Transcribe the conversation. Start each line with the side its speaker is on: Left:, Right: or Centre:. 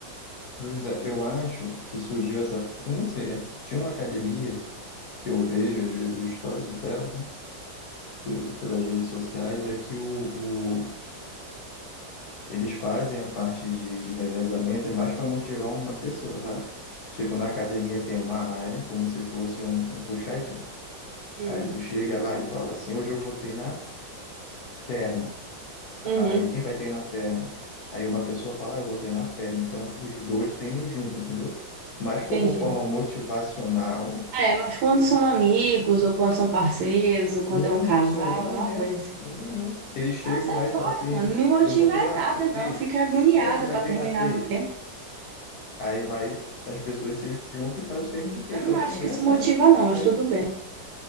Left: Pois é, eu acho que surgiu essa. Eu não sei, né? Tinha uma academia que eu vejo, às vezes, o histórico dela, né? Pelo, pelas redes sociais, é que o, Eles fazem a parte de, de revezamento, é mais para motivar uma pessoa, sabe? Tipo, na academia tem uma área, como se fosse um, um puxadinho.
Right: Hum,
Left: Aí tu chega lá e fala assim: hoje eu vou treinar perna.
Right: uhum.
Left: Aí quem vai treinar perna? Aí uma pessoa fala: ah, eu vou treinar perna. Então os dois treinam junto, entendeu? Mas
Right: Entendi.
Left: como forma motivacional,
Right: É, mas quando são amigos, ou quando são parceiros, ou quando
Left: não,
Right: é um casal,
Left: as pessoas nem conhecem
Right: é uma coisa.
Left: um nenhum. Eles chegam
Right: Ah, sai
Left: lá e
Right: fora,
Left: falam assim:
Right: mano. Não me motiva
Left: eu vou treinar
Right: é nada, não.
Left: peito.
Right: Eu fico agoniada
Left: Quem é que vai
Right: para
Left: treinar
Right: terminar
Left: peito?
Right: no tempo.
Left: Aí vai, as pessoas se juntam e fazem treino de peito.
Right: Eu não
Left: Eu achei
Right: acho
Left: engraçado
Right: que isso motiva,
Left: isso,
Right: não, mas
Left: mas,
Right: tudo bem.